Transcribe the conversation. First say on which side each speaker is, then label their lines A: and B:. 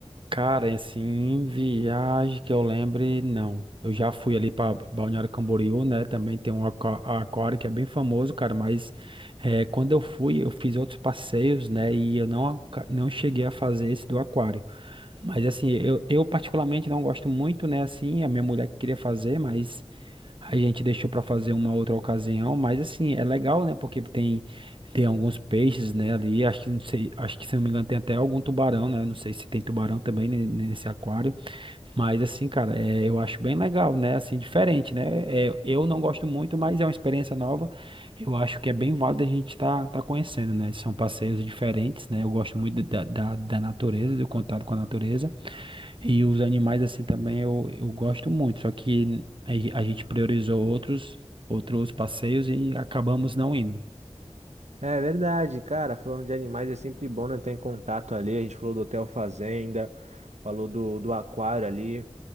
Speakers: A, on the right (about 50°); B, on the right (about 80°).
A: Cara, é assim, em viagem que eu lembre, não. Eu já fui ali para Balneário Camboriú, né? Também tem um aqua- aquário que é bem famoso, cara. Mas eh, quando eu fui, eu fiz outros passeios, né? E eu não, aca- não cheguei a fazer esse do aquário. Mas assim, eu, eu particularmente não gosto muito, né? Assim, a minha mulher que queria fazer, mas. A gente deixou para fazer uma outra ocasião, mas assim, é legal, né? Porque tem, tem alguns peixes, né, ali. Acho que não sei, acho que se não me engano tem até algum tubarão, né? eu Não sei se tem tubarão também ne- nesse aquário. Mas assim, cara, é, eu acho bem legal, né? Assim, diferente, né? É, eu não gosto muito, mas é uma experiência nova. Eu acho que é bem válido a gente tá, tá conhecendo, né? São passeios diferentes, né? Eu gosto muito da, da, da natureza, do contato com a natureza. E os animais assim também eu, eu gosto muito, só que a a gente priorizou outros outros passeios e acabamos não indo.
B: É verdade, cara. Falando de animais, é sempre bom, né, estar em contato ali. A gente falou do Hotel Fazenda, falou do, do aquário ali.